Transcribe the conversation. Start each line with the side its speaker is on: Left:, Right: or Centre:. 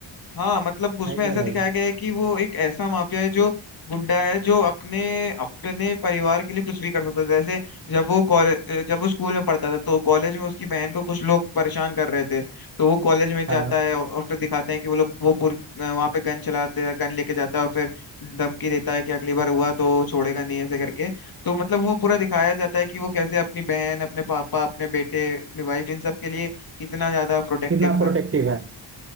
Left: हाँ मतलब उसमें
Right: है कि
Left: ऐसा
Right: नहीं
Left: दिखाया गया है कि वो एक ऐसा माफिया है जो गुंडा है जो अपने अपने परिवार के लिए कुछ भी कर सकता था जैसे जब वो कॉलेज जब वो स्कूल में पढ़ता था तो कॉलेज में उसकी बहन को कुछ लोग परेशान कर रहे थे तो वो कॉलेज में जाता
Right: हाँ
Left: है और और फिर दिखाते हैं कि वो लोग वो पुर वहां पे गन चलाते हैं गन लेके जाता है और फिर धमकी देता है कि अगली बार हुआ तो छोड़ेगा नहीं ऐसे करके तो मतलब वो पूरा दिखाया जाता है कि वो कैसे अपनी बहन अपने पापा अपने बेटे अपनी वाइफ इन सब के लिए कितना ज्यादा प्रोटेक्टिव
Right: कितना प्रोटेक्टिव
Left: था
Right: है